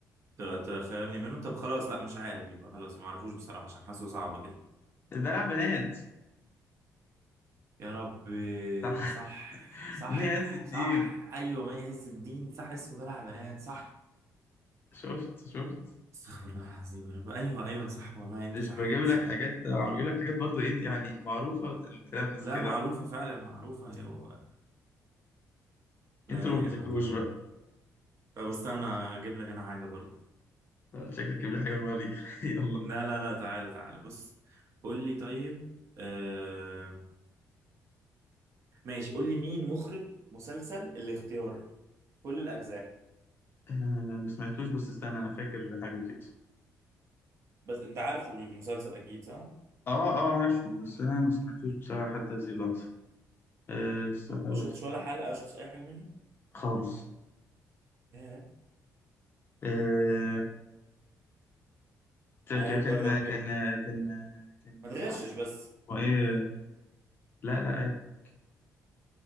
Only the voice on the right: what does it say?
ت- تخيرني منهم طب خلاص لا مش عارف يبقى خلاص ما اعرفوش بصراحة عشان حاسه صعب كده
يا رب
صح
صح
صح ايوه مي عز الدين صح اسمه ده بنات صح
استغفر الله العظيم يا رب ايوه ايوه
صح والله انت
صح
انت
صح
لا
معروفة فعلا معروفة ايوه لا
اله
الا
الله
طب استنى اجيب لك انا حاجة برضه
لا لا لا تعالى تعالى بص قول لي طيب آه ماشي قول لي مين مخرج مسلسل الاختيار كل الأجزاء
بس أنت عارفه المسلسل أكيد صح؟
ما شفتش
ولا حلقة شفتش أي حاجة منه؟
ياه
آه
جرب
كده
ما تغشش بس